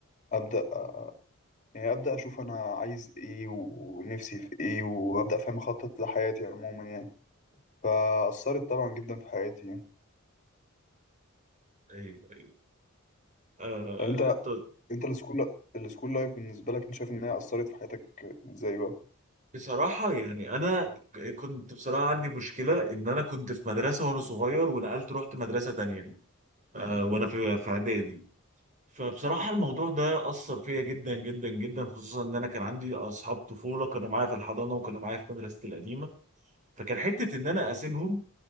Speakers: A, on the left (about 35°); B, on the right (about 35°).
A: أبدأ يعني أبدأ أشوف أنا عايز إيه ونفسي في إيه وأبدأ فاهم أخطط لحياتي عموما يعني فأثرت طبعا جدا في حياتي يعني
B: ايوه آه
A: طب انت
B: طيب
A: انت السكول السكول لايف بالنسبة لك انت شايف ان هي أثرت في حياتك ازاي بقى؟
B: بصراحة يعني أنا ك- كنت بصراحة عندي مشكلة إن أنا كنت في مدرسة وأنا صغير ونقلت رحت مدرسة تانية آه وأنا في في إعدادي فبصراحة الموضوع ده أثر فيا جدا جدا جدا خصوصا إن أنا كان عندي أصحاب طفولة كانوا معايا في الحضانة وكانوا معايا في مدرستي القديمة فكان حتة إن أنا أسيبهم